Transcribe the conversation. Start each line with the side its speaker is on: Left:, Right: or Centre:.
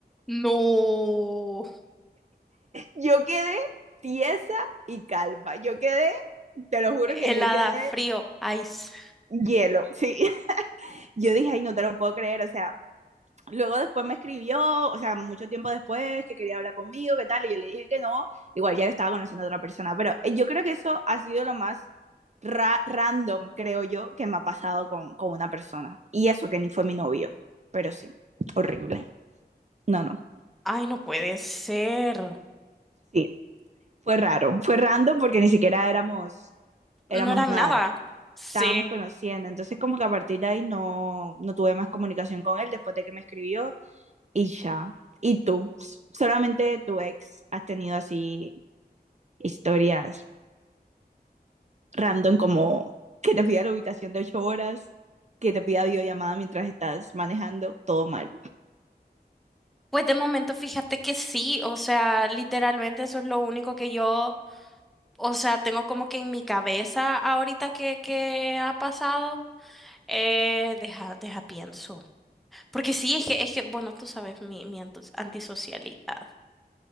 Centre: no.
Right: Yo quedé tiesa y calva Yo quedé, te lo juro
Centre: Helada,
Right: que yo quedé
Centre: frío, ice.
Right: hielo. Sí. <laughs> Yo dije, ay, no te lo puedo creer. O sea, Luego después me escribió, o sea, mucho tiempo después, que quería hablar conmigo, qué tal, y yo le dije que no, igual ya yo estaba conociendo a otra persona, pero eh, yo creo que eso ha sido lo más ra- random, creo yo, que me ha pasado con, con una persona. Y eso que ni fue mi novio, pero sí, horrible. No, no,
Centre: Ay, no puede ser.
Right: sí, fue raro, fue random porque ni siquiera éramos, éramos
Centre: No eran
Right: nada,
Centre: nada. Sí.
Right: estábamos conociendo, entonces como que a partir de ahí no, no tuve más comunicación con él después de que me escribió y ya. ¿Y tú? Solamente tu ex has tenido así historias random como que te pida la ubicación de ocho horas, que te pida videollamada mientras estás manejando, todo mal.
Centre: Pues de momento fíjate que sí, o sea, literalmente eso es lo único que yo, o sea, tengo como que en mi cabeza ahorita que, que ha pasado. Eh, deja, deja pienso. Porque sí, es que, es que, bueno, tú sabes mi, mi antus- antisocialidad.